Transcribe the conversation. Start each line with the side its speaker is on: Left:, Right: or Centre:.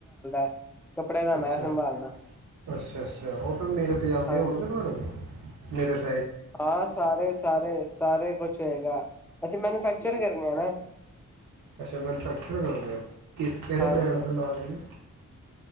Centre: ਹੈ। ਕੱਪੜਿਆਂ ਦਾ ਮੈਂ
Right: ਅੱਛਾ-ਅੱਛਾ-ਅੱਛਾ
Centre: ਸੰਭਾਲਣਾ
Right: ਉਹ ਤਾਂ ਮੇਲ ਪਜਾਮੇ
Centre: ਹਾਂਜੀ
Right: ਹੋਣਗੇ ਤੁਹਾਡੇ ਕੋਲ। ਮੇਰੇ ਸ
Centre: ਹਾਂ। ਸਾਰੇ ਸਾਰੇ ਸਾਰੇ ਕੁਛ ਚੰਗਾ ਹੋਇਗਾ, ਅਸੀ ਮੈਨੂਫੈਕਚਰ ਹੇਗੇ 'ਮਹਾਰਾਜ'
Right: ਅੱਛਾ ਮੈਨੂਫੈਕਚਰ ਕਰਦੇ ਹੋ ਕਿਸ ਕਿਹੜੇ
Centre: ਹਾਂਜੀ
Right: ਬ੍ਰੈਂਡ ਦੇ ਨਾਂ ਦੀ?